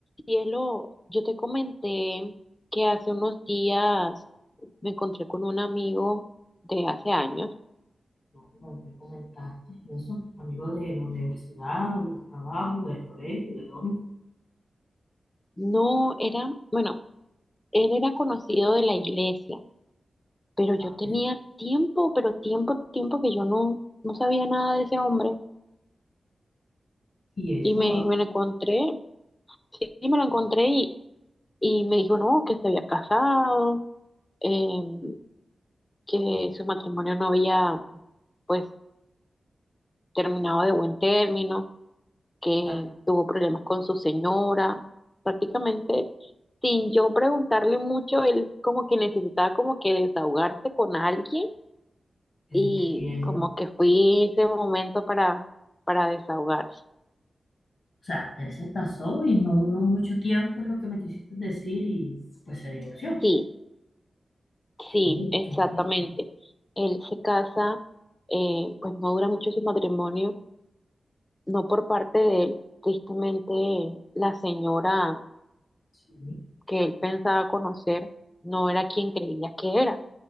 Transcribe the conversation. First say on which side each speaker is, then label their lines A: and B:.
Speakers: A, on the left; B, on the left.
A: Cielo, yo te comenté que hace unos días me encontré con un amigo de hace años.
B: No, no no me comentaste eso, amigo de la universidad, del trabajo, del colegio, ¿de dónde?
A: No era, bueno, él era conocido de la iglesia, pero
B: Vale.
A: yo tenía tiempo, pero tiempo, tiempo que yo no, no sabía nada de ese hombre.
B: Y eso,
A: Y me,
B: ah,
A: me lo encontré, sí, me lo encontré y, y me dijo, no, que se había casado, em, que su matrimonio no había, pues, terminado de buen término que
B: o sea,
A: tuvo problemas con su señora, prácticamente sin yo preguntarle mucho, él como que necesitaba como que desahogarse con alguien
B: eso
A: y
B: estoy viendo.
A: como que fui ese momento para, para desahogarse.
B: O sea, él se casó y no duró mucho tiempo, es lo que me quisiste decir, y pues se divorció.
A: Sí,
B: Qué,
A: sí, exactamente.
B: qué triste.
A: Él se casa, eh, pues no dura mucho su matrimonio, no por parte de él, tristemente la señora
B: Sí,
A: que él pensaba conocer no era quien creía que era.